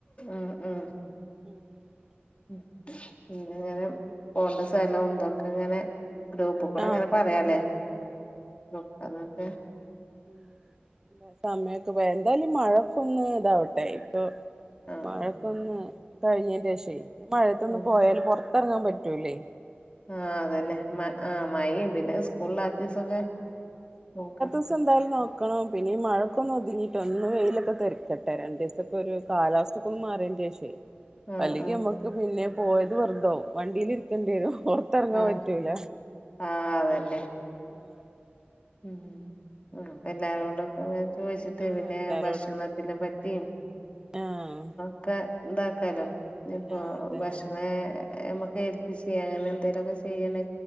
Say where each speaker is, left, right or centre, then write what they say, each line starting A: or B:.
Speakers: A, on the left (about 30°); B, on the right (about 15°).
A: ആഹ്! ആഹ്!
B: ഉം
A: ഉ പിന്ന ങ്ങനെ പോണ്ട സലം ന്തൊക്കെ ങ്ങനെ ഗ്രൂപ്പ് കൂടെ
B: ആഹ്
A: ങ്ങനെ പറയാ ലേ. നോക്കാന്നക്കെ
B: ഉം സമയോക്കെ വെ ന്താലും മഴക്കൊന്ന് താവട്ടെ. ഇപ്പൊ
A: ആഹ്
B: മഴക്കൊന്ന് കഴിഞ്ഞെന്റെ ഷേ ഈ മഴേത്തൊന്ന്
A: ഉം
B: പോയാല് പൊർത്തറങ്ങാൻ പറ്റൂല്ലേ.
A: ആഹ് അതന്നെ. മ ആഹ് മയെം പിന്നെ സ്കൂളില്ലാത്തീസൊക്കെ നോക്കാ.
B: ഒരുദീസം ന്തായാലും നോക്കണം. പിന്നെ ഈ മഴക്കൊന്ന് ഒതുങ്ങിട് ട്ടൊന്ന് വെയിലൊക്കെ തെറിക്കട്ടെ. രണ്ടീസൊക്കെരു കാലാവസ്ഥക്കൊന്ന് മാറിന്റെ ഷേ
A: ആഹ്
B: അല്ലെങ്കി
A: ആഹ്
B: നമ്മക്ക് പിന്നെ പോയത് വെറുതാവും. വണ്ടിലിരിക്കേണ്ടി വരും. പൊർ ത്തെറങ്ങാൻ
A: ആഹ്
B: പറ്റൂല.
A: ആഹ്! അതന്നെ.
B: ആഹ്
A: ഉം ആഹ് അപ്പൊ എല്ലാരോടൊക്കെ ഒന്ന് ചോദിച്ചിട്ട്
B: ആഹ്
A: പിന്നെ
B: എല്ലാരോടും
A: ഭക്ഷണത്തിനെ
B: കൂടി
A: പറ്റിം
B: ആഹ്
A: ക്കെ ഇതാക്കാലോ ഇനിപ്പോ
B: ആഹ് അതന്നെ
A: ഭക്ഷണേ
B: അതെ
A: ഏഹ് നമുക്ക് ഏൽപ്പിച്ചെ അങ്ങനെ എന്തേലൊക്കെ ചെയ്യണെ